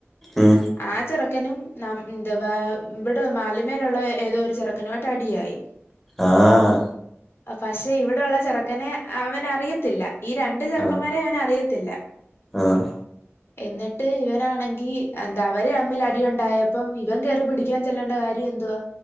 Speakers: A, in the centre; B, on the left (about 55°).
A: ഉം
B: ആഹ് ചെറുക്കനും ന എന്താവാ ഇവെ മാലിമേലുള്ള ഏതോ ഒരു ചെറുക്കനായിട്ട് അടിയായി
A: ആഹ്
B: പക്ഷെ ഇവിടെള്ള ചെറുക്കനെ അവന് അറിയത്തില്ല ഈ രണ്ട് ചെറുക്കന്മാരെ
A: ആഹ്
B: അവന് അറിയത്തി ത്തില്ല
A: ആഹ്
B: എന്നിട്ട് ഇവനാണ് ങ്കി എന്താ അവരെ അമ്മിൽ അടിുണ്ടായപ്പം ഇവൻ കേയറി പിടിക്കാൻ ചെല്ലേണ്ട കാര്യം എന്തുവാ